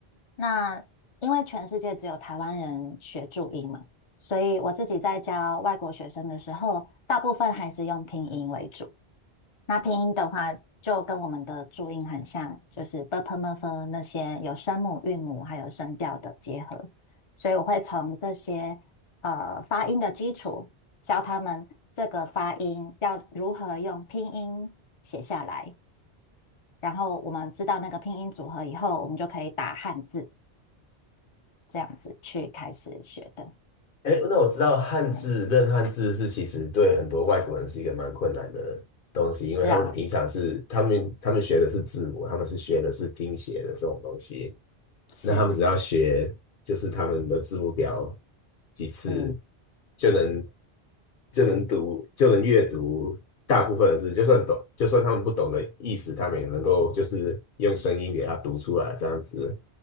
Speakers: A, on the left; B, on the left.
A: 那因为全世界只有台湾人学注音嘛，所以我自己在教外国学生的时候，大部分还是用拼音为主。那拼音的话，就跟我们的注音很像，就是 b p m f 那些有声母、韵母还有声调的结合。所以我会从这些呃发音的基础，教他们这个发音要如何用拼音写下来。然后我们知道那个拼音组合以后，我们就可以打汉字，这样子去开始学的。
B: 哎，那我知道汉字认汉字是其实对很多外国人是一个蛮困难的东西，
A: 嗯，
B: 因为他们平常是他们他们学的是字母，
A: 是啊，
B: 他们是学的是拼写的这种东西，
A: 是，
B: 那他们只要学就是他们的字母表几次
A: 嗯
B: 就能就能读就能阅读大部分的字，就算懂就算他们不懂的意思，他们也能够就是用声音给它读出来这样子。